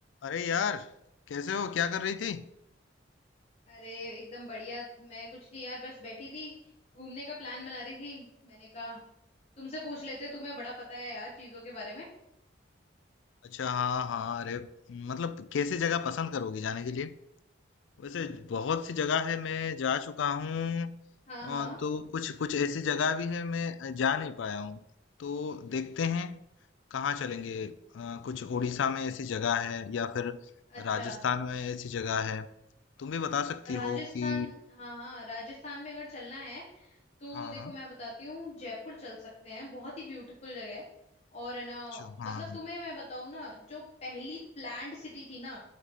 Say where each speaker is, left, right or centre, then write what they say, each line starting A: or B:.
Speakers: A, on the left (about 80°); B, on the left (about 35°).
A: अरे यार कैसे हो क्या कर रही थी
B: अरे एकदम बढ़िया मैं कुछ नहीं यार बस बैठी थी घूमने का प्लान बना रही थी मैंने कहा तुमसे पूछ लेते तुम्हें बड़ा पता है यार चीजों के बारे में
A: अच्छा हाँ हाँ अरे मतलब कैसी जगह पसंद करोगी जाने के लिए वैसे बहुत सी जगह है मैं जा चुका हूँ
B: हाँ
A: अ,
B: हाँ
A: तो कुछ कुछ ऐसी जगह भी है मैं जा नहीं पाया हूँ तो देखते हैं कहाँ चलेंगे अ, कुछ उड़ीसा में ऐसी जगह है या फिर
B: अच्छा
A: राजस्थान में ऐसी जगह है तुम भी बता सकती
B: राजस्थान
A: हो कि
B: हाँ हाँ राजस्थान में अगर चलना है तो
A: हाँ
B: देखो
A: हाँ
B: मैं बताती हूँ जयपुर चल सकते हैं बहुत ही ब्यूटीफुल जगह है और है ना
A: अच्छा हाँ
B: मतलब
A: हाँ
B: तुम्हें मैं बताऊँ ना जो पहली प्लान्ड सिटी थी ना